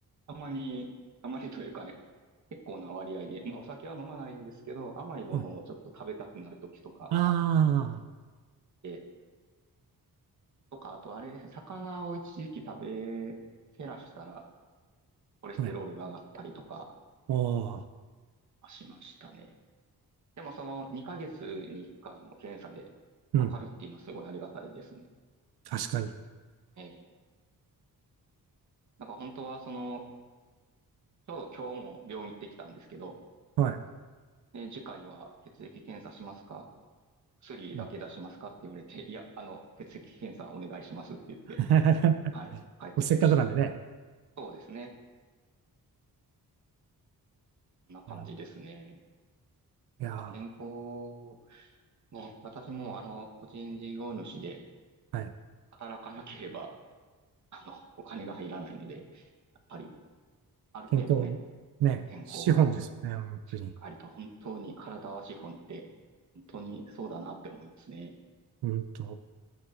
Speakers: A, on the right (about 50°); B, on the right (about 85°).
A: たまに、たまにというかね、結構な割合で、まあお酒は飲まないんですけど、甘いものをちょっと食べたくなるときとか、
B: はい。あ
A: え、とか、あとあれですね、魚を一時期食べ、減らしたら、コレステロールが上がったりとか
B: あ、はい。おー、
A: しましたね。でもその2ヶ月に1回も検査でわかるっていうのはすごいありがたいですね。
B: うん、確かに。
A: ええだから本当はその、ちょうど今日も病院行ってきたんですけど、
B: はい。
A: で次回は血液検査しますか薬だけ出しますかって言われて、
B: うん
A: いや、あの、血液検査お願いしますって言って、
B: <laughs>
A: はい、帰ってきました。
B: せっかくなんでね。
A: そうですね。こんな感じですね。
B: いやー、
A: やっぱ健康、ね、私もあの、個人事業主で
B: はい。
A: 働かなければ、あの、お金が入らないので、やっぱり、ある程度ね、
B: 健康、ね、
A: 健康は、
B: 資本ですよね、本当に。
A: ありと本当に体は資本って、本当にそうだなって思いますね。
B: うんと、